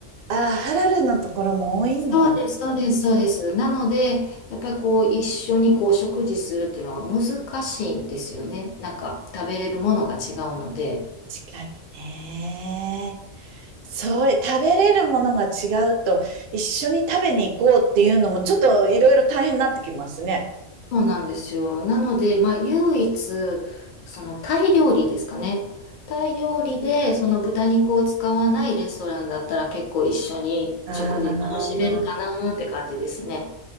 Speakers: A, on the right; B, on the left.
A: ああ、ハラルのところも多いのか。
B: そうです、
A: 確
B: そうです、そうです。なので、やっぱりこう、一緒にこう、食事するっていうのが難しいんですよね。なんか、食べれるものが違うので。
A: かにね。それ、食べれるものが違うと、一緒に食べに行こうっていうのも、ちょっといろいろ大変になってきますね。
B: そうなんですよ。なので、まあ、唯一、その、タイ料理ですかね。タイ料理で、その豚肉を使わないレストランだったら結構一緒に食事楽しめるかなって感じですね。
A: ああ、